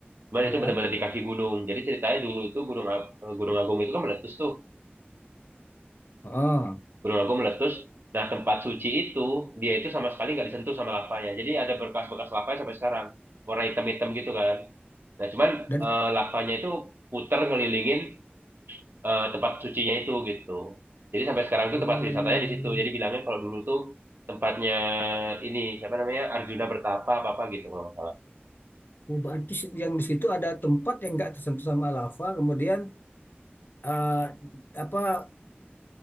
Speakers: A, on the right; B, on the left.
A: Cuman
B: Iya.
A: itu benar-benar di kaki gunung. Jadi ceritanya dulu itu Gunung Ag- eh, Gunung Agung itu kan meletus tuh.
B: Oh,
A: Gunung Agung meletus. Nah tempat suci itu dia itu sama sekali nggak disentuh sama lavanya. Jadi ada berkas-bekas lavanya sampai sekarang. Warna hitam-hitam gitu kan. Nah, cuman
B: dan
A: eh, lavanya itu puter ngelilingin eh, tempat sucinya itu gitu. Jadi sampai sekarang tuh
B: oh,
A: tempat wisatanya di situ. Jadi bilangnya kalau dulu tuh tempatnya ini siapa namanya Arjuna Bertapa apa apa gitu kalau nggak salah.
B: oh, berarti si, yang di situ ada tempat yang nggak tersentuh sama lava, kemudian eh, apa